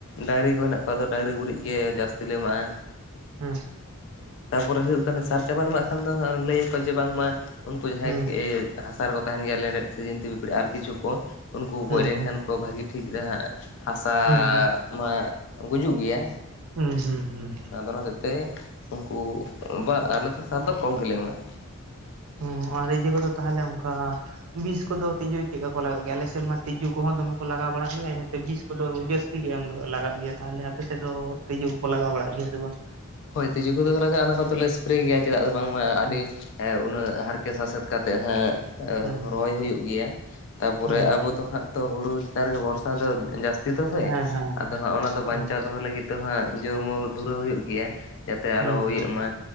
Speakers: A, on the left; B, on the right.
A: ᱰᱟᱭᱨᱤ ᱠᱚ ᱦᱮᱱᱟᱜ ᱠᱚᱣᱟ ᱟᱫᱚ, ᱰᱟᱭᱨᱤ ᱜᱩᱨᱤᱡ ᱜᱮ ᱡᱟᱹᱥᱛᱤ ᱞᱮ ᱮᱢᱟᱜ-ᱟ
B: ᱦᱩᱸ
A: ᱛᱟᱯᱚᱨᱮ ᱦᱩᱭᱩᱜ ᱠᱟᱱᱟ᱾ ᱥᱟᱨ ᱪᱟᱵᱟᱱ ᱮᱢᱟᱜ ᱠᱷᱟᱱ ᱫᱚ ᱦᱟᱜ ᱞᱟᱹᱭᱟᱠᱚ ᱡᱮ ᱵᱟᱝᱢᱟ ᱩᱱᱠᱩ ᱡᱟᱦᱟᱸᱭ
B: ᱦᱩᱸ
A: ᱦᱟᱥᱟ ᱨᱮᱠᱚ ᱛᱟᱦᱮᱱ ᱜᱮᱭᱟ ᱞᱮᱸᱰᱮᱫ ᱥᱮ ᱡᱤᱱᱛᱤ ᱯᱤᱯᱲᱤ ᱟᱨ ᱠᱤᱪᱷᱩ ᱠᱚ, ᱩᱱᱠᱩ ᱠᱚ
B: ᱦᱩᱸ
A: ᱜᱚᱡ ᱞᱮᱱᱠᱷᱟᱱ
B: ᱦᱩᱸ ᱦᱩᱸ
A: ᱠᱚ ᱵᱷᱟᱹᱜᱤ ᱴᱷᱤᱠ ᱨᱟᱦᱟᱜ ᱦᱟᱥᱟᱻ
B: ᱦᱩᱸ
A: ᱢᱟ ᱜᱩᱡᱩᱜ ᱜᱮᱭᱟ
B: ᱦᱩᱸ ᱦᱩᱸ ᱦᱩᱸ
A: ᱟᱫᱚ ᱚᱱᱟ ᱛᱮ ᱩᱱᱠᱩ ᱵᱟ ᱟᱞᱮ ᱫᱚ ᱥᱟᱨ ᱫᱚ ᱠᱚᱢ ᱜᱮᱞᱮ ᱮᱢᱟᱜ-ᱟ᱾
B: ᱦᱚᱸ ᱟᱨ ᱤᱡᱟᱹ ᱠᱚᱫᱚ ᱛᱟᱦᱞᱮ ᱚᱝᱠᱟ ᱵᱤᱥ ᱠᱚᱫᱚ ᱛᱤᱡᱩ ᱪᱮᱫᱠᱟ ᱠᱚ, ᱞᱟᱜᱟᱜ ᱜᱮᱭᱟ ᱟᱞᱮ ᱥᱮᱱ ᱢᱟ ᱛᱤᱡᱩ ᱠᱚᱦᱚᱸ, ᱫᱚᱢᱮ ᱠᱚ ᱞᱟᱜᱟᱣ ᱵᱟᱲᱟᱜ ᱜᱮᱭᱟ ᱤᱱᱟᱹᱛᱮ ᱵᱤᱥ ᱠᱚᱫᱚ ᱡᱟᱹᱥ ᱛᱤ ᱜᱮ ᱮᱢ ᱫᱚ ᱞᱟᱜᱟᱜ ᱜᱮᱭᱟ ᱛᱟᱦᱞᱮ, ᱟᱯᱮ ᱥᱮᱫ ᱫᱚ ᱛᱤᱡᱩ ᱠᱚᱠᱚ ᱞᱟᱜᱟᱣ ᱵᱟᱲᱟᱜ ᱜᱮᱭᱟ ᱥᱮ ᱵᱟᱝ?
A: ᱦᱳᱭ ᱛᱤᱡᱩ ᱠᱚᱫᱚ ᱞᱟᱜᱟᱜ-ᱟ ᱚᱱᱟ ᱠᱚᱫᱚᱞᱮ ᱥᱯᱨᱮ ᱜᱮᱭᱟ ᱪᱮᱫᱟᱜ ᱫᱚ ᱵᱟᱝᱢᱟ ᱟᱹᱰᱤ
B: ᱦᱩᱸ
A: ᱮ ᱩᱱᱟᱹᱜ ᱦᱟᱨ ᱥᱟᱥᱮᱛ ᱠᱟᱛᱮᱜ ᱦᱟᱸᱜ
B: ᱦᱩᱸ
A: ᱨᱚᱦᱚᱭ ᱦᱩᱭᱩᱜ ᱜᱮᱭᱟ, ᱛᱟᱯᱚᱨᱮ
B: ᱦᱩᱸ
A: ᱟᱵᱚ
B: ᱦᱩᱸ
A: ᱫᱚ ᱦᱟᱸᱜ ᱛᱚ ᱦᱩᱲᱩ ᱪᱮᱛᱟᱱ ᱨᱮᱜᱮ ᱵᱷᱚᱨᱥᱟ ᱫᱚ ᱡᱟᱹᱥᱛᱤ ᱫᱚ ᱵᱮ,
B: ᱦᱮᱸ ᱦᱮᱸ
A: ᱟᱫᱚ
B: ᱦᱮᱸ
A: ᱦᱟᱸᱜ ᱚᱱᱟ ᱫᱚ ᱵᱟᱧᱪᱟᱣ
B: ᱦᱮᱸ
A: ᱫᱚᱦᱚᱭ ᱞᱟᱹᱜᱤᱫ ᱛᱚᱦᱟᱜ ᱡᱳᱨᱢᱳᱨ ᱫᱷᱩᱨᱟᱹᱣ ᱦᱩᱭᱩᱜ ᱜᱮᱭᱟ, ᱡᱟᱛᱮ ᱟᱞᱚ
B: ᱦᱩᱸ ᱦᱩᱸ
A: ᱤᱭᱟᱹᱜ ᱢᱟ